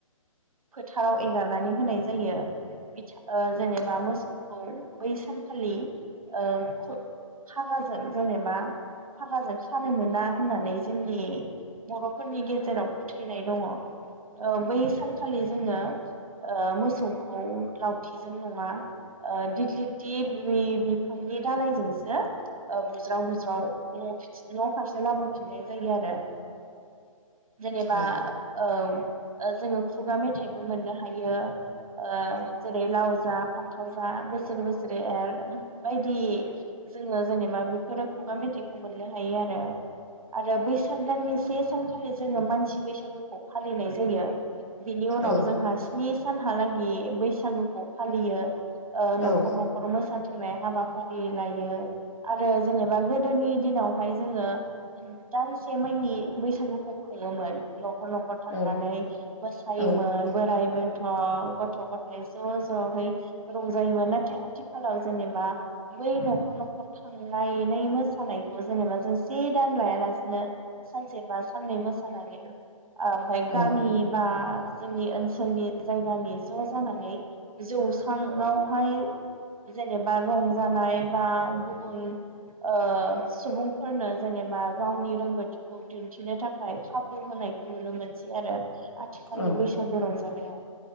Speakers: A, on the right (about 80°); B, on the left (about 55°).
A: फोथाराव एगारनानै होनाय जायो बिथा ओ जेनेबा मोसौखौ बै सानखालि ओ फागाजों ओ जेनेबा फागाजों खानो मोना होननानै जोंनि बर'फोरनि गेजेराव फोथैनाय दङ। ओ बै सान जोङो ओ मोसौखौ लावथिजों नङा ओ दिगलि ति बिफांनि दालायजोंसो ओ बुज्राव बुज्राव न' न' फारसे लाबोफिननाय जायो आरो। जेनेबा
B: औ
A: औ ओ जोङो खुगा मेथाइबो मोननो हायो। ओ जेरै लाव जा फान्थाव जा बोसोर बोसोर रै एर बायदि जोङो जेनेबा फोरो खुगा मेथाइखौ मोननो हायो आरो। आरो बैसाग दाननि से सानखालि जोङो मानसि बैसागोखौ फालिनाय जायो। बिनि उनाव
B: औ
A: जोंहा स्नि सानहालागै बैसागुखौ फालियो। ओ
B: औ
A: न'खर न'खर मोसा थिंनाय हाबाफारि लायो आरो जेनेबा गोदोनि दिनावहाय जोङो दानसे माइनि बैसागुखौ खुङोमोन‌ न नखर नखर थांनानै
B: औ
A: सायोमोन
B: औ
A: बोराय बेनथ गथ' गथाय ज जहै रंजायोमोन नाथाय आथि आथिखालाव जेनेबा बै न'खर न'खर थांनायनै मोसानायखौ जेनेबा जों से दान लायालासिनो सानसे बा साननै मोसानानै आम फाय
B: उम
A: गामि आ जोंनि ओनसोलनि जायगानि ज जानानै जौस्राङावहाय जेनेबा रंजानाय बा गुबुन ओ सुबुंफोरनो जेनेबा गावनि रोंगौथिखौ दिन्थिनो थाखाय खाबु होनायखौ नुनो मोनसै आरो। आथिखालनि
B: औ
A: बैसागु रंजानायाव